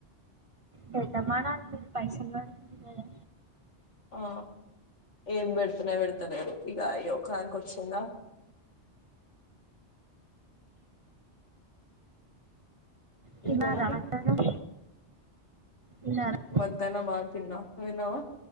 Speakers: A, on the right; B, on the left.
A: పెట్టమనాలి మీరు పైసల్ కడుతురు కదా
B: ఆ ఏం పెడుతునె పెడతలేరు ఇగ ఈ ఒక్కదానకే వచ్చింద
A: తినారా
B: ఇంకా మరి
A: మధ్యాహ్నం తిన్నారా
B: మధ్యాహ్నమా తిన్న నువ్